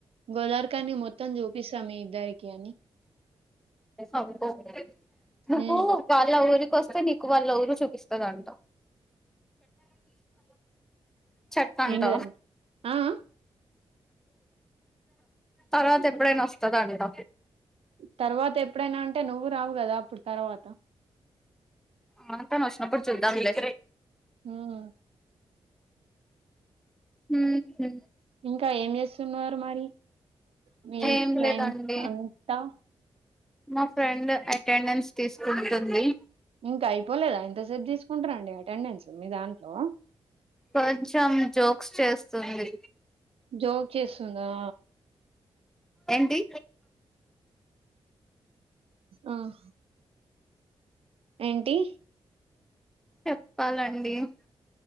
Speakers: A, on the right; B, in the centre.
A: గోదార్కాన్ని మొత్తం చూపిస్తా మీ ఇద్దరికి అని
B: ఆ ఒ నువ్వు
A: ఉమ్,
B: బోలేద ఊరికి వస్తే నీకు వాళ్ళు ఎవరో చూపిస్తాదంట ఛట్ట్ అంట
A: ఏంటిదండి ఆ ఆ?
B: తర్వాత ఎప్పుడైనా వస్తద అంట
A: తర్వాత ఎప్పుడైనా అంటే నువ్వు రావు కదా అప్పుడు తర్వాత
B: ఆ తను వచ్చినప్పుడు చూద్దాం లే
A: ఉమ్
B: మ్ హు
A: ఇంకా ఏం చేస్తున్నారు మరి మీ
B: ఏం
A: ఫ్రెండ్స్
B: లేదండి
A: అంతా
B: మా ఫ్రెండ్ అటెండెన్స్ తీసుకుంటుంది
A: ఇంకా అయిపోలేదా ఎంతసేపు తీసుకుంటారండి అటెండెన్స్ మీ దాంట్లో
B: కొంచెం జోక్స్ చేస్తుంది
A: జోక్ చేస్తుందా
B: ఏంటి
A: ఆహ ఏంటి
B: చెప్పాలండి